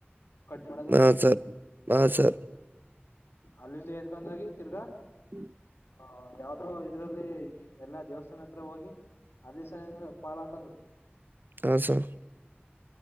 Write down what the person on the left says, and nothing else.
ಕಟ್ ಮಾಡದು
ಅಲ್ಲಿಂದ ಎದಕೊಂಡಾಗಿ ತಿರ್ಗಾ
ಹ ಯಾವ್ದೋ ಇದ್ರಲ್ಲಿ ಎಲ್ಲಾ ದೇವಸ್ಥಾನ ಹತ್ರ ಹೋಗಿ ಅಲ್ಲಿ ಸನ ಪಾಲ್ ಹಾಕದು